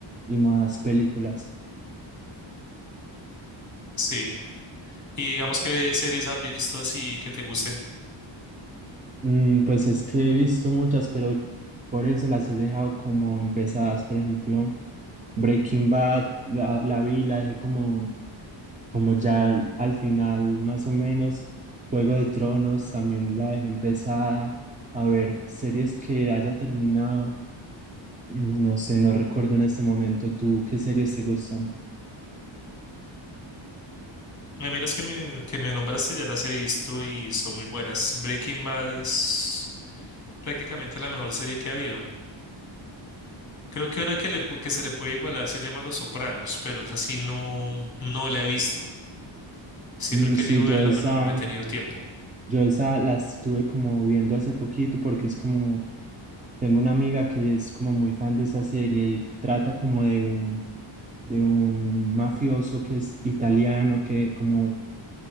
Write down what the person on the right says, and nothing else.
y más películas.
Mm, pues es que he visto muchas, pero por eso las he dejado como empezadas. Por ejemplo, Breaking Bad, la, la vi, la dejé como, como ya al, al final, más o menos. Juego de Tronos también la dejé empezada. A ver, series que haya terminado. mm, No sé, no recuerdo en este momento. ¿Tú qué series te gustan?
Mm,
sí, yo
esa,
yo esa las estuve como viendo hace poquito porque es como Tengo una amiga que es como muy fan de esa serie y trata como de un, de un mafioso que es italiano, que como